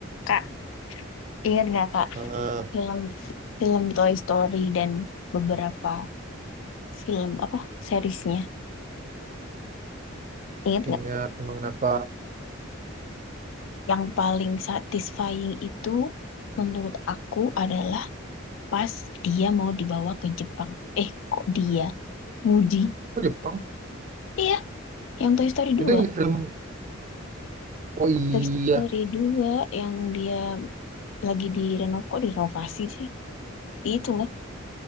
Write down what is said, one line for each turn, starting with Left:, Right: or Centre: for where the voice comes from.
Left: Kak, ingat nggak Kak
Right: Ah,
Left: film film Toy Story dan beberapa film apa seriesnya? Ingat nggak?
Right: ingat emang kenapa?
Left: Yang paling satisfying itu menurut aku adalah pas dia mau dibawa ke Jepang. Eh, kok dia? Woody.
Right: Oh Jepang.
Left: Iya, yang Toy Story
Right: Itu
Left: dua.
Right: yang film. Oh iya,
Left: Toy Story dua yang dia lagi direnov kok direnovasi sih? Itu loh,